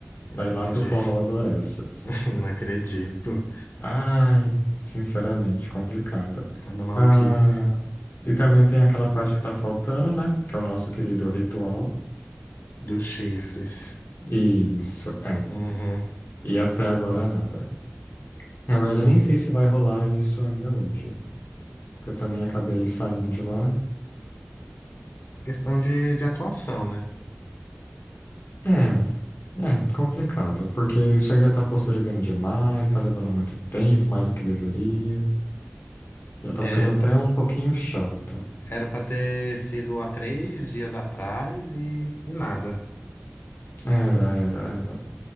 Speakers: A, on the left (about 65°); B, on the left (about 80°).
A: Entendi.
B: Pra ir lá pro Forró do Orestes.
A: <laughs> Não acredito.
B: Ai, sinceramente, complicado.
A: Cada maluquice
B: Ah, e também tem aquela parte que tá faltando, né? Que é o nosso querido ritual.
A: dos chifres.
B: Isso, é.
A: Uhum.
B: E até agora nada. Na verdade, eu nem sei se vai rolar isso ainda hoje. Que eu também acabei saindo de lá.
A: Questão de, de atuação, né?
B: É, é, complicado. Porque isso aí já tá postergando demais, tá levando muito tempo, mais do que deveria. Já tá
A: É,
B: ficando até um pouquinho chato.
A: era pra ter sido há três dias atrás e, e nada.
B: Era, era, era.